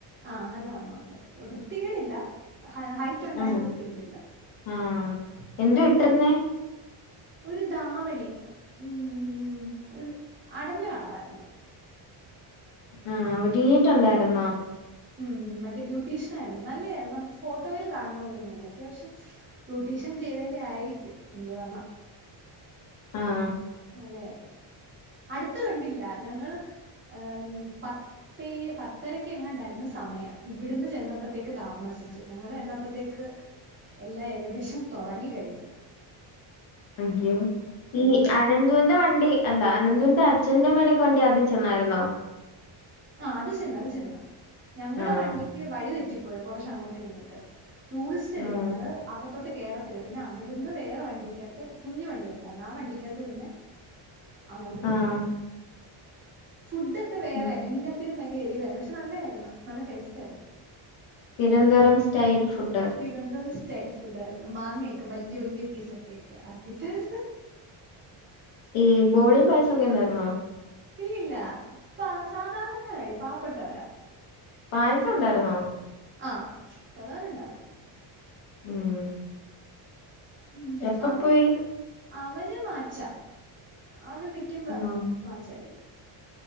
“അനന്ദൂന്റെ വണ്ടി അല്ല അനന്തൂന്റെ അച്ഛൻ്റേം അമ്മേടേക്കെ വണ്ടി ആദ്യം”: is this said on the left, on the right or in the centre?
Left